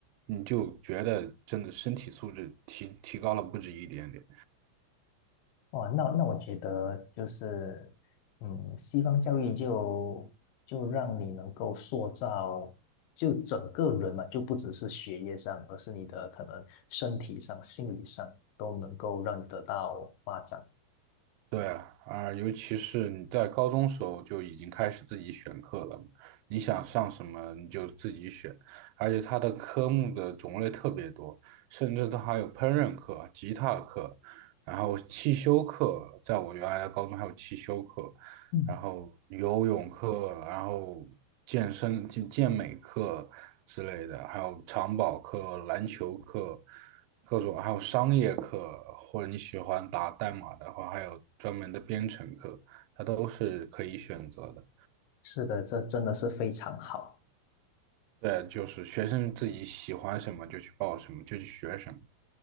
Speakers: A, on the right; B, on the left.
A: 你就觉得真的身体素质提提高了不止一点点。
B: 哇，那那我觉得就是，嗯，西方教育就就让你能够塑造就整个人嘛，就不只是学业上，而是你的可能身体上、心理上都能够让你得到发展。
A: 对啊，啊，尤其是你在高中时候就已经开始自己选课了，你想上什么你就自己选，而且它的科目的种类特别多，甚至它还有烹饪课、吉他课，然后汽修课，在我原来的高中还有汽修课，
B: 嗯
A: 然后游泳课，然后健身、健健美课，之类的，还有长跑课、篮球课，各种，还有商业课，或者你喜欢打代码的话，还有专门的编程课，它都是可以选择的。
B: 是的，这真的是非常好，
A: 对，就是学生自己喜欢什么就去报什么，就去学什么，